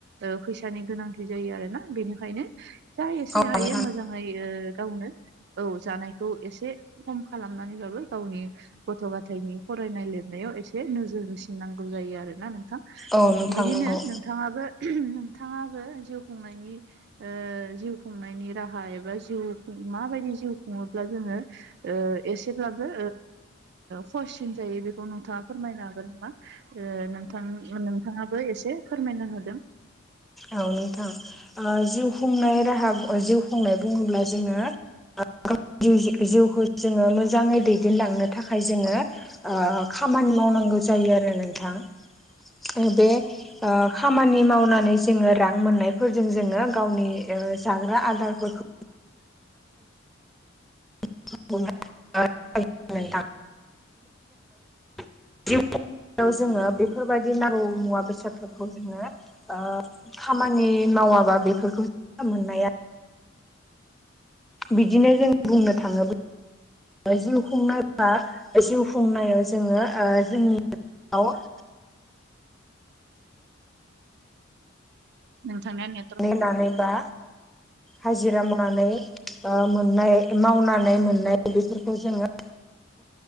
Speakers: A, on the right; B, in the centre.
A: ओ फैसानि गोनांथि जायो आरोना बेनिखायनो जा एसे
B: औ
A: हायो
B: नोंथां
A: मो मोजाङै ओ गावनो औ जानायखौ एसे खम खालामनानैबाबो गावनि गथ' गथायनि फरायनाय लिरनायाव एसे नोजोर होसिननांगौ जायो आरो ना नों थां।
B: औ नोंथां
A: बिदिनो
B: नंगौ
A: नोंथाङाबो नोंथाङाबो जिउ खुंनायनि जिउ खुंनायनि राहा एबा जिउ माबायदि जिउ खुङोब्ला जोङो ओ एसेब्लाबो खहससिन जायो बेखौ नोंथाङा फोरमायनो हागोन नामा? नोंथां नोंथाङाबो एसे फोरमायना होदों।
B: औ नोंथां‌‌। ओ जिउ खुंनाय राहा जिउ खुंनाय बुङोब्ला जोङो <unintelligible> जि जिउखौ जोङो मोजाङै दैदेनलांनो थाखाय जोङो ओ खामानि मावनांगौ जायो आरो नोंथां ओ बे आ खामानि मावनानै जोङो रां मोननायफोरजों जोङो गावनि ओ जाग्रा आदारफोरखौ <unintelligible> नोंथां बिदिनो <unintelligible> <unintelligible> जोङो बेफोरबायदि नांगौ मुवा बेसादफोर खौ जोङो ओ खामानि मावाबा बेफोरखौ मोननाया बिदिनो जों बुंनो थाङोब्ल ओ जिउ खुंनो <unintelligible> जिउ खुंनायाव जोङो ओ जोंनि <unintelligible>
A: नोंथांना नेत
B: नेनानैबा हाजिरा मावनानै ओ मोननाय मावनानै मोननाय बेफोरखौ जोङो